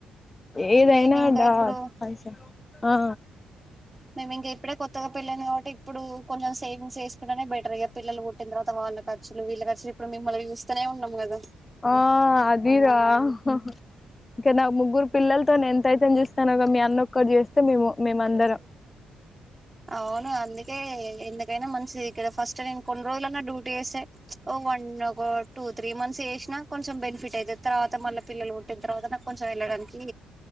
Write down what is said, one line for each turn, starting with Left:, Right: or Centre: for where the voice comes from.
Left: ఏదైనా
Right: మేము ఇంకా
Left: దా
Right: ఇప్పుడు
Left: పైసా ఆ
Right: మేము ఇంక ఇప్పుడే కొత్తగా పెళ్ళైంది కాబట్టి ఇప్పుడు కొంచెం సేవింగ్స్ వేసుకునే బెటర్ ఇగ పిల్లలు పుట్టిన తర్వాత వా ల్లా ఖర్చులు వీళ్ళ ఖర్చులు ఇప్పుడు మిమ్మల్ని జూస్తనే ఉన్నాం గాద
Left: ఆ అదీరా ఆ ఇంక నా ముగ్గురు పిల్లల్తోనే చూస్తానవ్ గా మీ అన్న ఒక్కడు జేస్తే మేము మేమందరం
Right: అవును అందుకే ఎందుకైనా మంచిది కెద ఫస్ట్ నేను కొన్ని రోజులన్నా డ్యూటీ జేస్తే ప్చ్ ఓ వన్ ఒక టూ త్రీ మంత్స్ జేసిన కొంచెం బెన్ ఫిటైయితది తర్వాత మళ్ళ పిల్లలు పుట్టిన తర్వాత నాకు కొంచెం ఏళ్ళడానికి